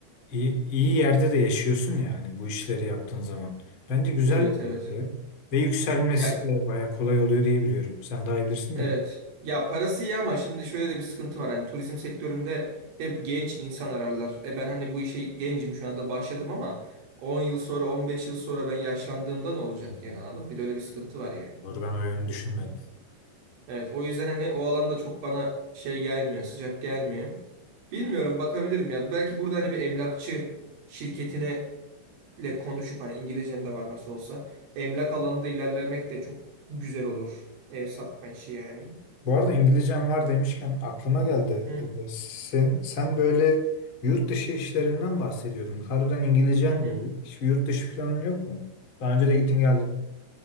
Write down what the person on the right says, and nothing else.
Evet,
evet.
Ya
Evet.
Ya parası iyi ama şimdi şöyle de bir sıkıntı var. Hani turizm sektöründe hep genç insan ararlar. E ben hani bu işe gencim şu anda başladım ama 10 yıl sonra 15 yıl sonra ben yaşlandığımda ne olacak
yani anladın mı? Bir de öyle bir sıkıntı var yani.
Evet o yüzden hani o alanda çok bana şey gelmiyor, sıcak gelmiyor. Bilmiyorum bakabilirim ya. Belki burada hani bir emlakçı şirketine ile konuşup hani İngilizcem de var nasıl olsa. Emlak alanında ilerlemek de çok güzel olur. Ev satma işi yani.
Hı
hı. hı.